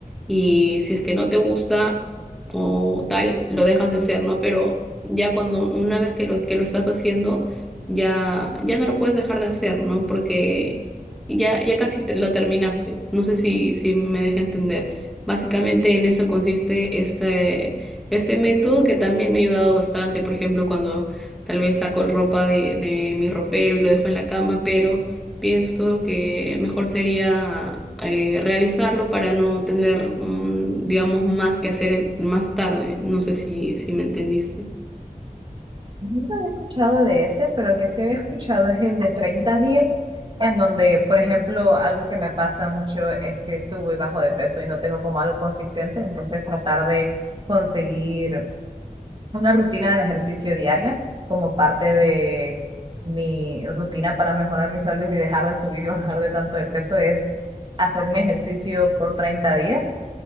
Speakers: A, in the centre; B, on the right (about 35°).
A: y si es que no te gusta o tal, lo dejas de hacer, ¿no? Pero ya cuando una vez que lo, que lo estás haciendo, ya, ya no lo puedes dejar de hacer, ¿no? Porque ya, ya casi te- lo terminaste. No sé si, si me dejé entender. Básicamente en eso consiste este, este método que también me ha ayudado bastante. Por ejemplo, cuando tal vez saco ropa de, de mi ropero y lo dejo en la cama, pero pienso que mejor sería eh, realizarlo para no tener, mm, digamos, más que hacer en- más tarde. No sé si, si me entendiste.
B: No había escuchado de ese, pero el que sí había escuchado es el de treinta días en donde, por ejemplo, algo que me pasa mucho es que subo y bajo de peso y no tengo como algo consistente, entonces tratar de conseguir una rutina de ejercicio diaria como parte de mi rutina para mejorar mi salud y dejar de subir y <laughs> bajar de tanto de peso es hacer un ejercicio por 30 días